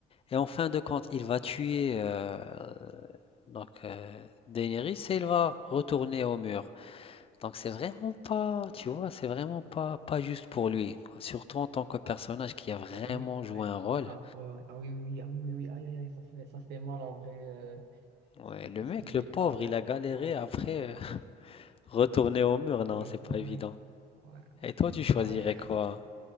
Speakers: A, on the left; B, on the right.
A: Et en fin de compte, il va tuer euh, donc euh, Daenerys et il va retourner au mur. Donc c'est vraiment pas, tu vois, c'est vraiment pas pas juste pour lui. Surtout en tant que personnage qui a vraiment
B: Ouais, euh, oui,
A: joué
B: ouais.
A: un rôle.
B: Ah, ouais, ouais. Ah oui, oui, oui, ah oui, oui, oui. Aïe, aïe, aïe, ça fait, ça fait mal en vrai. euh,
A: Ouais,
B: ce qui,
A: le
B: ce
A: mec,
B: qui-
A: le pauvre,
B: ah ouais,
A: il a galéré
B: ouais,
A: après
B: ouais, ouais,
A: euh, <laughs> retourner au mur. Non,
B: ouais,
A: c'est pas
B: ouais,
A: évident.
B: ouais, ouais.
A: Et toi, tu choisirais
B: Aïe, aïe, aïe.
A: quoi?